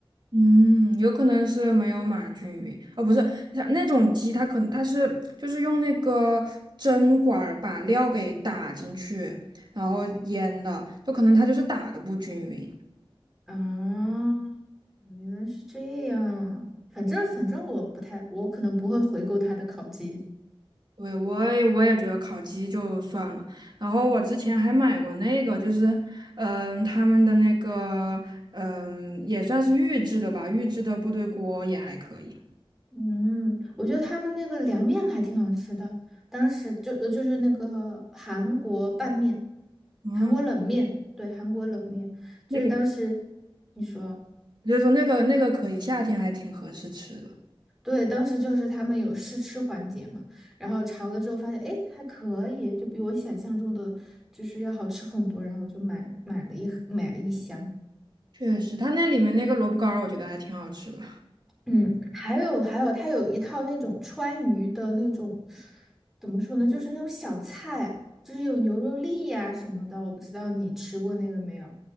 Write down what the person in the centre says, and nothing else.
啊，原来是这样。反正反正我不太，我可能不会回购它的烤鸡，
嗯，我觉得他们那个凉面还挺好吃的，当时就呃就是那个韩国拌面，
韩国冷面，对，韩国冷面，就是当时你说，
对，当时就是他们有试吃环节嘛，然后尝了之后发现，哎，还可以，就比我想象中的就是要好吃很多，然后我就买买了一盒买了一箱。
嗯，还有还有，它有一套那种川渝的那种，怎么说呢，就是那种小菜，就是有牛肉粒呀、什么的，我不知道你吃过那个没有？